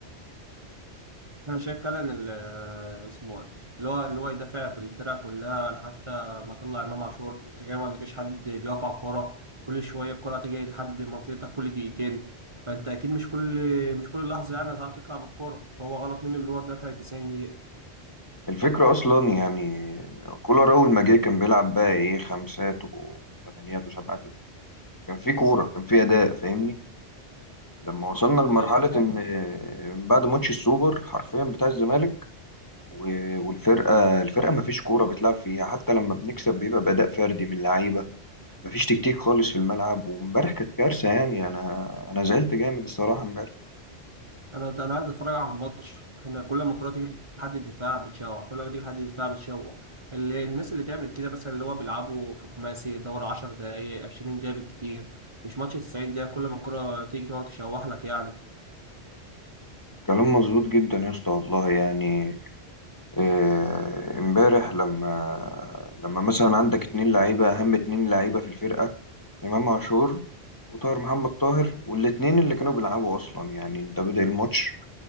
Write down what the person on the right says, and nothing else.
انا شايف فعلا ال- آه، اسمه إيه؟ اللي هو اللي هو يدافع بالفرقه كلها حتى ما طلع امام عاشور انت كده ما عندكش حد بيقف على الكوره كل شويه الكوره تيجي لحد منطقتك كل دقيقتين فانت اكيد مش كل مش كل لحظه يعني هتعرف تطلع بالكوره فهو غلط منه اللي هو دافع 90 دقيقه
هي طبعا
انا انا عايز اتفرج على الماتش احنا كل ما الكوره تيجي لحد الدفاع بتشوح كل ما تيجي لحد الدفاع بتشوح اللي الناس اللي تعمل كده مثلا اللي هو بيلعبوا في خماسي دوري 10 دقائق 20 دقيقه بالكتير مش ماتش 90 دقيقه كل ما الكوره تيجي تقعد تشوح لك يعني